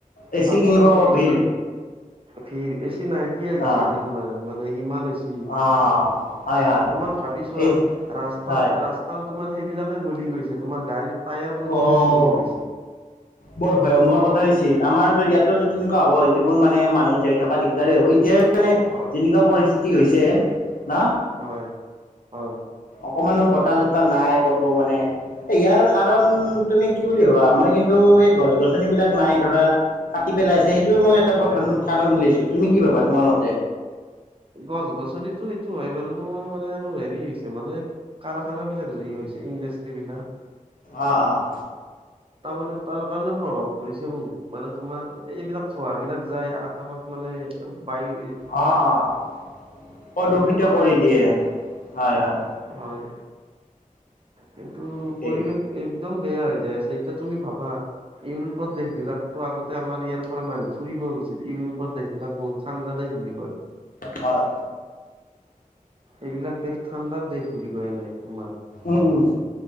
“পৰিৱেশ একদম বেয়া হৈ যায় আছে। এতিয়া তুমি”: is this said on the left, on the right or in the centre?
Right